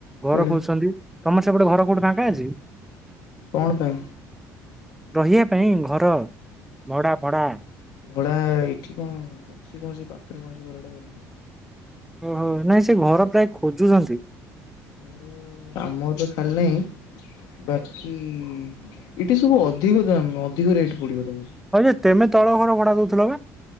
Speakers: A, in the centre; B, on the left.
A: ଘର
B: କୁଆଡ଼େ
A: ଖୋଜୁଛନ୍ତି। ତମର ସେପଟେ ଘର କୋଉଠି ଫାଙ୍କା ଅଛି?
B: କଣ ପାଇଁ?
A: ରହିଆ ପାଇଁ। ଘର ଭଡ଼ା ଭଡ଼ା
B: ଭଡା ଏଇଠି କଣ ସିଏ କଣ ସେ ପାତ୍ର ମାଉସୀ ଘର ଆଡେ ଗଲେ
A: ଓହୋ ନାଇଁ ସେ ଘର ପ୍ରାୟ ଖୋଜୁଛନ୍ତି
B: ଘର ଆମର ତ ଖାଲିନାହିଁ। ବାକି ଏଇଠି ସବୁ ଅଧିକ ଦାମ ଅଧିକ ରେଟ ପଡିବ ତମକୁ।
A: ହଉ ଯେ ତେମେ ତଳ ଘର ଭଡ଼ା ଦଉ ଲଗା